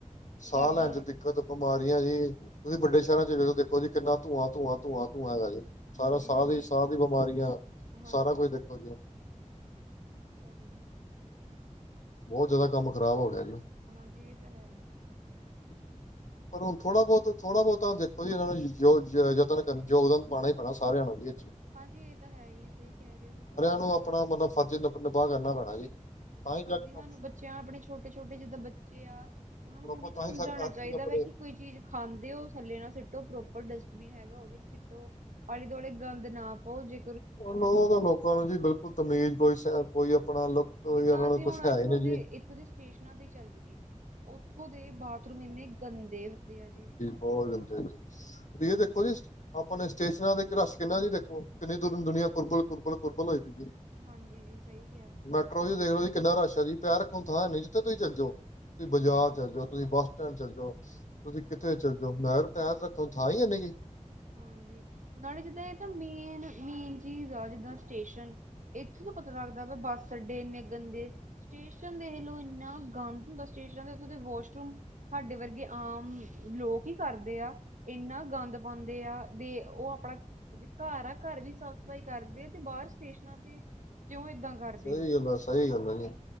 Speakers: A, on the left; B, on the right.
A: ਸਾਹ
B: ਜਦ
A: ਲੈਣ ਚ ਦਿੱਕਤ, ਬਿਮਾਰੀਆਂ ਜੀ, ਤੁਸੀਂ ਵੱਡੇ ਸੈ਼ਰਾਂ ਚ ਦੇਖੋ ਜੀ ਕਿੰਨਾ ਧੂੰਆਂ, ਧੂੰਆਂ, ਧੂੰਆਂ, ਧੂੰਆਂ ਹੈਗਾ ਜੀ, ਸਾਰਾ
B: ਹਾਂਜੀ
A: ਸਾਹ
B: ਹਾਂਜੀ
A: ਦੀ, ਸਾਹ ਦੀ ਬਿਮਾਰੀਆਂ,
B: ਹਾਂਜੀ
A: ਸਾਰਾ ਕੁਝ ਦੇਖੋ ਜੀ।
B: ਅੱਛਾ ਜੀ।
A: ਬੋਤ ਜਿਆਦਾ ਕੰਮ ਖ਼ਰਾਬ ਹੋ ਗਿਆ ਜੀ।
B: ਹਾਂਜੀ ਏ ਤਾਂ ਹੈ ਈ।
A: <unintelligible> ਪਰ ਹੁਣ ਥੋੜਾ ਬੋਤ, ਥੋੜਾ ਬੋਤ ਤਾਂ ਦੇਖੋ ਜੀ, ਏਨਾਂ ਨੂੰ ਜੋ ਯਤਨ ਕਰਨ ਯੋਗਦਾਨ ਪਾਣਾ ਈ ਪੈਣਾ ਸਾਰੇਆਂ ਨੂੰ ਵੀ ਏ ਚ।
B: ਹਾਂਜੀ, ਏ ਤਾਂ ਹੈ ਈ ਐ, ਸਹੀ ਕੈ ਰਹੇ ਓ ਤੁਸੀਂ।
A: ਨੂੰ ਆਪਣਾ ਮਤਲਬ ਫਰਜ਼ ਨਿਬ ਨਿਭਾ ਕਰਨਾ ਪੈਣਾ ਜੀ। ਤਾਂ ਹੀ ਜਾ
B: ਹਾਂਜੀ
A: ਕੇ ਕੰਮ
B: ਸਾਨੂੰ ਬੱਚਿਆਂ ਆਪਣੇ ਛੋਟੇ-ਛੋਟੇ ਜਿੱਦਾਂ ਬੱਚੇ ਆ, ਉਨ੍ਹਾ ਨੂੰ
A: ਪਰ ਆਪਾਂ
B: ਹੁਣੇ ਤਾਂ ਸਮਝਾਂਣਾ
A: ਹੀ ਹਰ
B: ਚਾਈਦਾ
A: ਚੀਜ਼ ਆਪਣੇ
B: ਵਾ ਕਿ ਕੋਈ ਚੀਜ਼ ਖਾਂਦੇ ਓ, ਥੱਲੇ ਨਾ ਸਿੱਟੋ, ਪ੍ਰੋਪਰ ਡਸਟ ਬੀਨ ਹੈਗਾ ਓਦੇ ਚ ਸਿੱਟੋ, ਆਲੇ-ਦੁਆਲੇ ਗੰਦ ਨਾ ਪਾਓ ਜੇ
A: ਓ ਤਾਂ ਲੋਕਾਂ ਨੂੰ ਜੀ ਬਿਲਕੁਲ ਤਮੀਜ਼ ਕੋਈ-ਕੋਈ ਆਪਣਾ ਕੋਈ
B: ਜਿੱਦਾਂ
A: ਉਹਨਾਂ ਨੂੰ
B: ਅਸੀਂ
A: ਕੁਛ
B: ਹੁਣ
A: ਹੈ
B: ਇੱਥੋਂ
A: ਹੀ ਨਹੀਂ
B: ਦੇ
A: ਜੀ
B: ਇੱਥੋਂ ਦੇ ਇੱਕ ਤੇ ਸਟੇਸ਼ਨਾਂ ਤੇ ਚੱਲ ਜੀਏ। ਉੱਥੋਂ ਦੇ ਬਾਥਰੂਮ ਏਨੇ ਗੰਦੇ ਹੁੰਦੇ ਆ ਜੀ।
A: ਬੋਤ ਗੰਦੇ ਹੁੰਦੇ, ਬੀ ਏਦੇਖੋ ਜੀ। ਆਪਣੇ ਸਟੇਸ਼ਨਾਂ ਦੇ ਇਕ ਰਸ਼ ਕਿੰਨਾ ਜੀ ਦੇਖੋ, ਕਿੰਨੀ ਦੂਰੋਂ ਦੀ ਦੁਨੀਆਂ ਕੁਰਬਲ, ਕੁਰਬਲ, ਕੁਰਬਲ ਹੋਈ ਪਈ ਦੀ।
B: ਹਾਂਜੀ ਜੀ, ਸਹੀ ਕਿਹਾ।
A: ਮੈਟਰੋ ਚ ਦੇਖ ਲੋ ਜੀ ਕਿੰਨਾ ਰਸ਼ ਆ ਜੀ, ਪੈਰ ਰੱਖਨ ਨੂੰ ਥਾਂ ਹੈਨੀ, ਜਿੱਥੇ ਤੁਸੀ ਚਲੇ ਜਾਓ, ਤੁਸੀਂ ਬਾਜ਼ਾਰ ਚੱਲ ਜ਼ੋ। ਤੁਸੀਂ ਬੱਸ ਸਟੈਂਡ ਚੱਲ ਜੋ, ਤੁਸੀਂ ਕਿੱਥੇ ਚੱਲ ਜੋ, ਮੈਂ ਪੈਰ ਰੱਖਣ ਨੂੰ ਥਾਂ ਹੈਨੀਗੀ।
B: ਹਾਂਜੀ, ਨਾਲੇ ਜਿੱਦਾਂ ਇਹ ਤਾਂ ਮੇਨ-ਮੇਨ ਚੀਜ਼ ਆ ਜਿੱਦਾਂ ਸਟੇਸ਼ਨ, ਇੱਥੋਂ ਤੋਂ ਪਤਾ ਲੱਗਦਾ ਵਾ ਬੱਸ ਅੱਡੇ ਇੰਨੇ ਗੰਦੇ। ਸਟੇਸ਼ਨ ਦੇਖਲੋ ਇੰਨਾ ਗੰਦ ਹੁੰਦਾ ਸਟੇਸ਼ਨਾਂ ਦੇ ਉੱਥੋਂ ਦੇ ਵਾਸ਼ਰੂਮ ਸਾਡੇ ਵਰਗੇ ਆਮ ਲੋਕ ਈ ਕਰਦੇ ਆ, ਇੰਨਾ ਗੰਦ ਬਦੇ ਆ ਦੇ ਉਹ ਆਪਣਾ ਜੇ ਘਰ ਆ, ਘਰ ਵੀ ਸਾਫ਼- ਸਫ਼ਾਈ ਕਰਦੇ ਆ ਤੇ ਬਾਹਰ ਸਟੇਸ਼ਨਾਂ ਤੇ ਕਿਉਂ ਏਦਾਂ ਕਰਦੇ
A: ਸਹੀ
B: ਹੋ
A: ਗੱਲ ਸਹੀ ਗੱਲ ਐ ਜੀ,